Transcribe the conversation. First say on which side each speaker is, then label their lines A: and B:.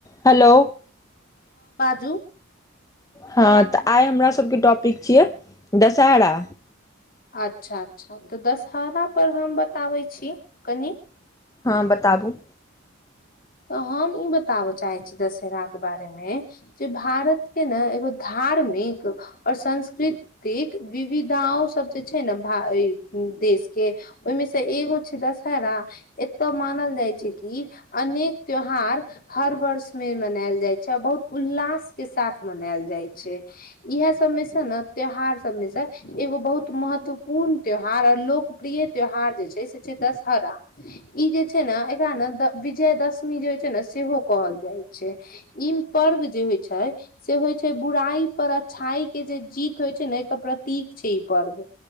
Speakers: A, on the left (about 15°); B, on the left (about 45°).
A: hello
B: जू
A: हँ तऽ आइ हमरा सबके टॉपिक छियै दशहरा
B: अच्छा अच्छा तऽ दशहरा परर हम बताबै छी कनि
A: हँ बताबू
B: तऽ हम ई बताबऽ चाहे छी दशहरा के बारे मे जे भारत के ने एगो धार्म नीक और सांस्कृतिक विविधाओं सब जे छैय ने देश के ओहिमे से एगो छैय दशहरा एतय मानल जाई छैय कि अनेक त्योहार हर वर्ष में मनायल जाय छैय और बहुत उल्लास के साथ मनायल जाय छैय इह सब मे से ने त्यौहार सबमे से एगो बहुत महत्वपूर्ण त्यौहार लोकप्रिय त्यौहार जे छैय से छैय दशहरा ई जे छैय ने एकरा ना विजय दशमी जे होइ छैय ने सेहो कहल जाइ छैय ई पर्व जे होइ छैय से होय छैय बुराइ पर अच्छाई के जे जीत होइ छैय ने एकर प्रतीक छैय ई पर्व